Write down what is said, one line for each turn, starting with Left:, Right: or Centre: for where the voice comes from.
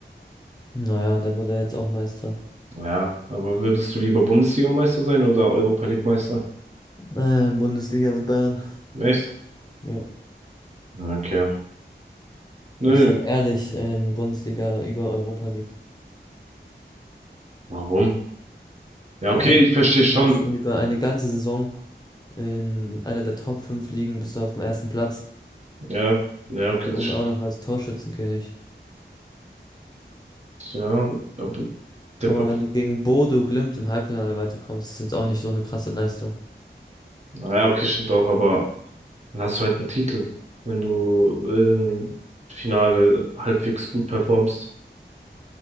Left: Naja, der wurde ja jetzt auch Meister.
Right: Ja, aber würdest du lieber Bundesliga-Meister sein oder Europa League-Meister?
Left: Ähm, Bundesliga mit Bayern.
Right: Echt?
Left: Ja,
Right: Okay. Nö,
Left: ich sag ehrlich, ähm, Bundesliga über Europa League.
Right: warum? Ja, okay,
Left: Hä?
Right: ich verstehe schon.
Left: Man muss über eine ganze Saison In einer der Top 5 Ligen bist du auf dem ersten Platz
Right: Ja, ja, okay,
Left: und
Right: das stimmt.
Left: auch noch als Torschützenkönig.
Right: Ja, aber der,
Left: Guck
Right: Pa-
Left: mal, wenn du gegen Bodo Glimt im Halbfinale weiterkommst, ist jetzt auch nicht so eine krasse Leistung.
Right: ja, okay, stimmt auch, aber dann hast du halt einen Titel, wenn du im Finale halbwegs gut performst.